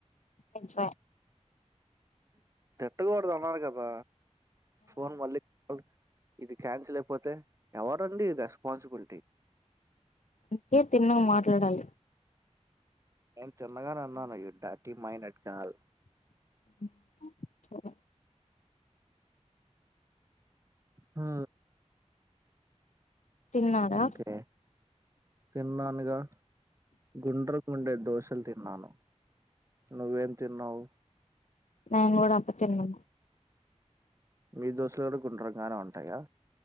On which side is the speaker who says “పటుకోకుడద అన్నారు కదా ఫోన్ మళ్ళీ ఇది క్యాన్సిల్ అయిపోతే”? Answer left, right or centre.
Right